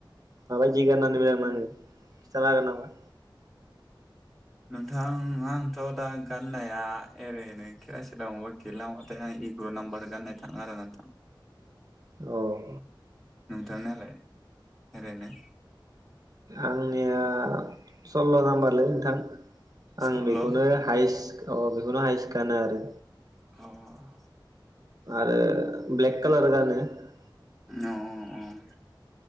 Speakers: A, on the right; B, in the centre.
A: माबायदि गाननानै मोजां नाङो? खिथानो हागोन नामा?
B: नोंथां आंथ दा गाननाया ओरैनो खेला सिलायावबा गेलेनोथांबाथाय आं इग्र नाम्बार गाननाय थाङो आरो नोंथां ।
A: औ ।
B: नोंथांनायालाय एरैनो?
A: आंनिया सल्ल नाम्बारलै नोंथां
B: सल्ल'
A: आं बेखौनो हायस्क गा अ बेखौनो हायस गानो आरो।
B: अ
A: आरो ब्लेक खालार गानो ।
B: अ अ अ ।